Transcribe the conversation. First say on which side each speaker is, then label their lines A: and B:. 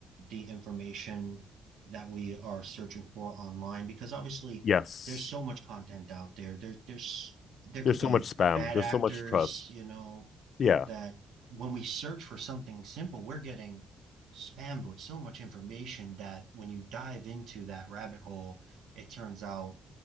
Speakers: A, on the right; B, on the left.
A: the information that we are searching for online? Because obviously
B: yes
A: there's so much content out there. There there's there
B: there's
A: could be
B: so much spam
A: bad
B: there's
A: actors,
B: so much trust
A: you know,
B: yeah
A: that when we search for something simple, we're getting spammed with so much information that when you dive into that rabbit hole, it turns out